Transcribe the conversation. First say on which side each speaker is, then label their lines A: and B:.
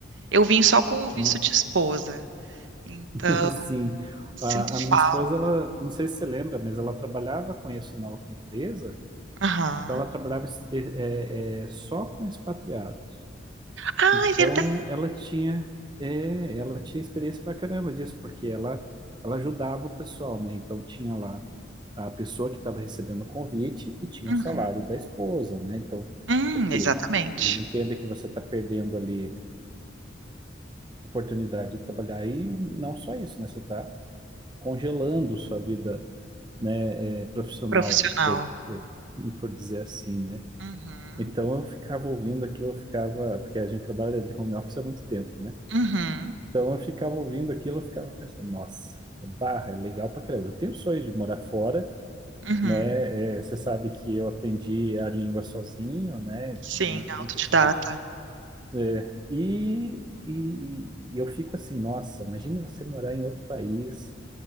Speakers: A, on the right; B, on the right.
A: Eu vim só com o visto
B: Não,
A: de esposa. Então,
B: <laughs> assim,
A: sinto
B: a, a minha
A: falta.
B: esposa, ela, não sei se você lembra, mas ela trabalhava com isso na outra empresa,
A: Aham.
B: então ela trabalhava é, é, é, só com expatriados.
A: Ah,
B: Então
A: é verdade.
B: ela tinha, é, ela tinha experiência pra caramba disso, porque ela, ela ajudava o pessoal, né? Então tinha lá a pessoa que estava recebendo o convite e tinha
A: Uhum.
B: o salário da esposa, né? Então,
A: Hum,
B: porque
A: exatamente.
B: eles entendem que você está perdendo ali oportunidade de trabalhar e não só isso, né? Você está congelando sua vida, né, é, profissional,
A: Profissional.
B: por, por, por dizer assim, né?
A: Uhum.
B: Então eu ficava ouvindo aquilo, eu ficava, porque a gente trabalha de home office há muito tempo, né?
A: Uhum.
B: Então eu ficava ouvindo aquilo, eu ficava pensando, nossa, é barra, é legal pra caramba. Eu tenho o sonho de morar fora,
A: Uhum.
B: né? É, você sabe que eu aprendi a língua sozinho, né?
A: Sim,
B: Nu- Nunca
A: autodidata.
B: tive. é, e, e, e eu fico assim, nossa, imagine você morar em outro país